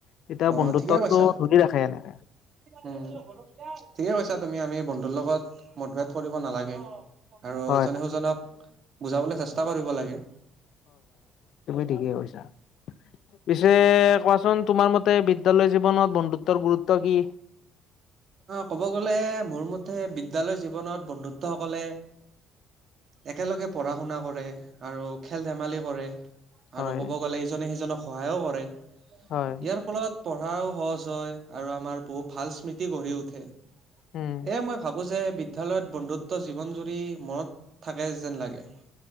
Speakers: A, on the left; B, on the right.
A: তেতিয়া
B: অ
A: বন্ধুত্বটো
B: ঠিকে কৈছা
A: ধৰি ৰাখে এনেকে
B: উ ঠিকে কৈছা তুমি আমি বন্ধুৰ লগত মতভেদ কৰিব নালাগে। আৰু
A: হয়
B: ইজনে সুজনক বুজাবলৈ চেষ্টা কৰিব লাগে।
A: ঠিকে কৰিছা পিছে কোৱাচোন, তোমাৰ মতে বিদ্যালয় জীৱনত বন্ধুত্বৰ গুৰুত্ব কি।
B: ক'ব গ'লে মোৰ মতে বিদ্যালয় জীৱনত বন্ধুত্ব সকলে একেলগে পঢ়া শুনা কৰে। আৰু খেল ধেমালি কৰে
A: হয়
B: আৰু ক'ব গ'লে ইজনে সিজনক সহায়ো কৰে।
A: হয়
B: ইয়াৰ ফলত পঢ়াও সহজ হয়, আৰু আমাৰ বহুত ভাল স্মৃতি। গঢ়ি উঠে
A: উম
B: সেয়ে মই ভাবো যে বিদ্যালয়ত বন্ধুত্ব জীৱন জুৰি মনত থাকে যেন লাগে।